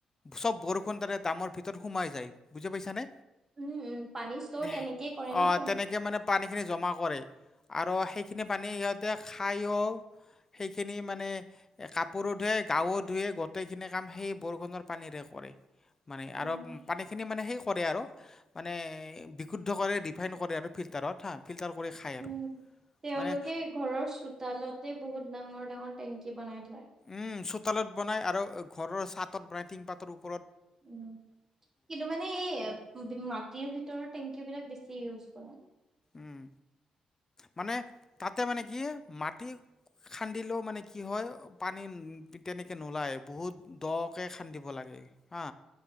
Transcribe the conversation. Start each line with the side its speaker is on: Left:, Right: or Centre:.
Left: চব বৰষুণ দাৰে ড্ৰামৰ ভিতৰত সোমাই যায় বুজি পাইছানে?
Right: উম, উম, পানী ষ্টৰ
Left: এ
Right: তেনেকেই কৰে ন
Left: অ
Right: তেওঁলোকে।
Left: তেনেকে মানে পানী খিনি জমা। কৰে আৰু সেইখিনি পানী সিহঁতে খায়ো। সেইখিনি মানে এ কাপোৰো ধুৱে গাও ধুুৱে গোটেইখিনি কাম সেই বৰখনৰ পানীৰে কৰ কৰে মানে
Right: উম,
Left: আৰু পানীখিনি মানে সেই কৰে আৰু মানে বিশুদ্ধ কৰে ৰিফাইন কৰে আৰু ফিল্টাৰত হা ফিল্টাৰ কৰি খায় আৰু
Right: উম তেওঁলোকে
Left: মানে
Right: ঘৰৰ চোতালতে বহুত ডাঙৰ ডাঙৰ টেংকি বনাই থয়।
Left: উম চোতালত বনাই আৰু ঘৰৰ চাতত বনাই টিং পাতৰ পৰত
Right: উম কিন্তু মানে এই মাটিৰ ভিতৰ টেংকী বিলাক বেছি। পিৰুছ বড়া
Left: উম মানে তাতে মানে কি মাটি খান্দিলেও মানে কি হয় পানী তেনেকে নোলায় বহুত দকে খান্দিব লাগে। হা